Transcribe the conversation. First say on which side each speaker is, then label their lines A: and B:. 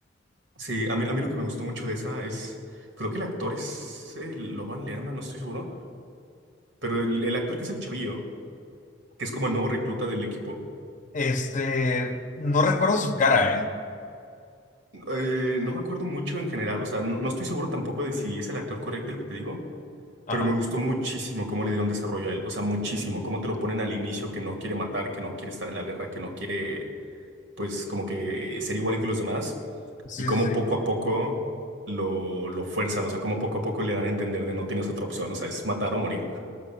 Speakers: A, on the right (about 80°); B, on the left (about 40°).
A: sí, a mí, a mí lo que me gustó mucho de esa es, creo que el actor es eh, Logan Lerman, no estoy seguro, pero el, el actor que es el chavillo, que es como el nuevo recluta del equipo.
B: Este, no recuerdo su cara, ¿eh?
A: Eh, no me acuerdo mucho en general, o sea, no, no estoy seguro tampoco de si es el actor correcto el que te digo,
B: Ajá.
A: pero me gustó muchísimo cómo le dieron desarrollo a él, o sea, muchísimo, cómo te lo ponen al inicio que no quiere matar, que no quiere estar en la guerra, que no quiere pues como que ser igual que los demás
B: Sí,
A: y cómo
B: sí, sí.
A: poco a poco lo, lo fuerzan, o sea, cómo poco a poco le dan a entender de no tienes otra opción, o sea, es matar o morir.